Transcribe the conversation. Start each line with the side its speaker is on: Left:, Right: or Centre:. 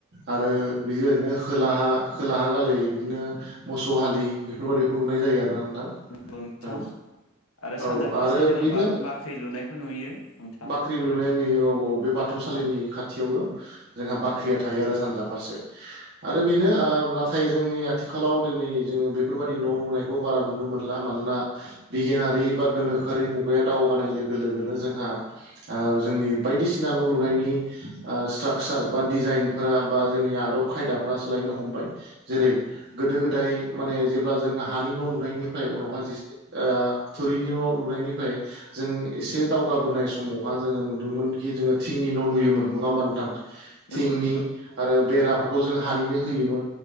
Right: आरो बिदि ओरैनो खोलाहा खोलाहा गालै बिदिनो मोसौ हालि बेफोर बादिखौ लुनाय जायो आरोना नोंथां
Left: नंगौ नोंथां
Right: औ
Left: आरो
Right: औ
Left: सानजा फारसे
Right: आरो
Left: जोङो
Right: बेनो
Left: बा बाख्रि लुनायखौ नुयो नोंथां
Right: बाख्रि लुनाय नुयो औ औ बे बाथौसालिनि
Left: औ
Right: खाथियावनो जोंहा बाख्रिया
Left: औ
Right: थायो आरो सानजा फारसे आरो बेनो ओ नाथाय जोंनि आथिखालाव दिनै जोंङो बेफोरबायदि न' लुनाय खौ बारा नुनो मोनला मानोना बिगियानारि बा गोनोखोआरि मुं बे दावगानाय लोगो लोगोनो जोंहा जोंनि ओ बायदिसिना न' लुनायनि ओ स्ट्राकसार बा डिजाइनफोरा बा जोंनि आदब खायदाफ्रा सोलायनो हमबाय जेरै गोदो गोदाय माने जेब्ला जों हानि नन' लुनायनिफ्राय उनावहाय जेसे थोरिनि न' लुनायनिफ्राय जों एसे दावगाबोनाय समावहा जोंङो नुदों मोनखि जोंङो थिंनि न' लुयोमोन नंङा ओमबा नोंथां
Left: नंगौ
Right: थिंनि
Left: नोंथां
Right: आरो बेराफोरखौ जों हानिनो होयोमोन